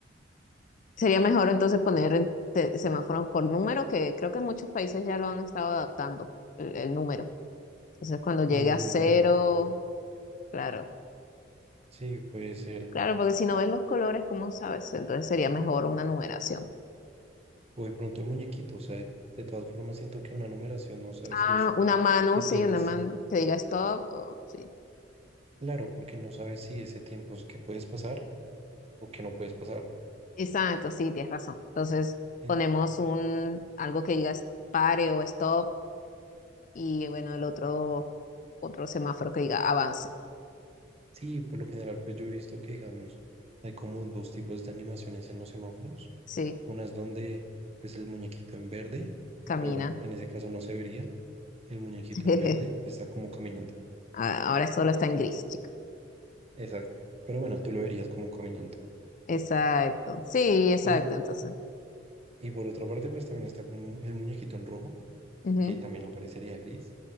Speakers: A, on the left (about 45°); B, on the right (about 35°).
A: Sería mejor entonces poner en- te- semáforos por número, que creo que en muchos países ya lo han estado adaptando, el, el número. Entonces cuando llegue
B: mm,
A: a cero,
B: bueno,
A: claro.
B: sí, puede ser.
A: Claro, porque si no ves los colores, ¿cómo sabes? Entonces sería mejor una numeración.
B: O de pronto el muñequito, o sea, de, de todas formas siento que una numeración no sabes
A: Ah,
B: si es
A: una mano,
B: que
A: sí,
B: tienes,
A: una mano que diga stop. o- sí.
B: claro, porque no sabes si ese tiempo es que puedes pasar o que no puedes pasar.
A: Exacto, sí, tienes razón. Entonces
B: En-
A: ponemos un algo que diga pare o stop y bueno, el otro otro semáforo que diga avance.
B: Sí, por lo general, pues yo he visto que, digamos, hay como dos tipos de animaciones en los semáforos.
A: Sí,
B: Unas donde, pues, el muñequito en verde,
A: camina.
B: pero bueno, en ese caso no se vería. El muñequito
A: <laughs>
B: en verde está como caminando.
A: Ah, Ahora solo está en gris, chica.
B: Exacto. Pero bueno, tú lo verías como caminando.
A: Exacto. Sí, exacto,
B: Y
A: entonces.
B: Y por otra parte, pues también está como el muñequito en rojo,
A: ujú.
B: que también aparecería gris,